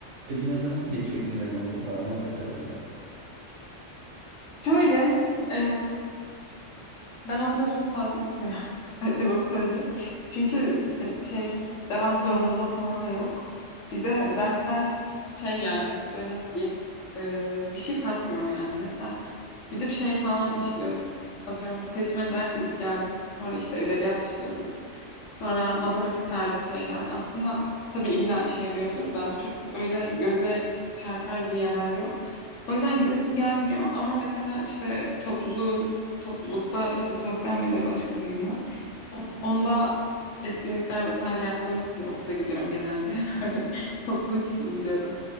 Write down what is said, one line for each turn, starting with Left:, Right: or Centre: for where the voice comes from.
Right: Peki mesela nasıl geçiyor günlerin okulda? Anlat bakalım biraz.
Left: Şöyle, e, ben okula çok fazla gitmiyorum. <laughs> Önce bunu söyleyeyim. Çünkü e, şey, devam zorunluluğu falan da yok. Bir de dersler hiç şey yani, böyle nasıl diyeyim, e, bir şey katmıyor yani. Mesela Gidip şey falan işliyoruz. Atıyorum seçme ders ilk geldim. Sonra işte edebiyat işliyoruz. Sonra matematik tarzı şeyler. Aslında tabii illa işe yarıyordur da çok öyle göze çarpar bir yarar yok. O yüzden gidesim gelmiyor ama mesela işte topluluğun toplulukta işte sosyal medya başkanıyım ben. Onda etkinlikler vesaire yaptığımız için okula gidiyorum genelde. <laughs> Hani topluluk için gidiyorum.